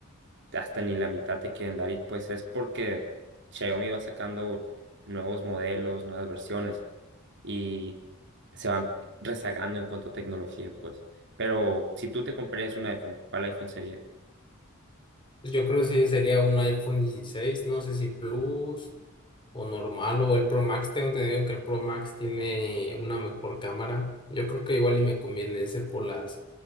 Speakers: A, on the right; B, on the left.
A: hasta ni la mitad te quieren dar y pues es porque Xiaomi va sacando nuevos modelos, nuevas versiones y se van rezagando en cuanto a tecnología, pues. Pero si tú te comprarías un iPhone, ¿cuál iPhone sería?
B: Yo creo que sí sería un iPhone dieciséis no sé si Plus o normal o el Pro Max. Tengo entendido que el Pro Max tiene una mejor cámara. Yo creo que igual y me conviene ese por las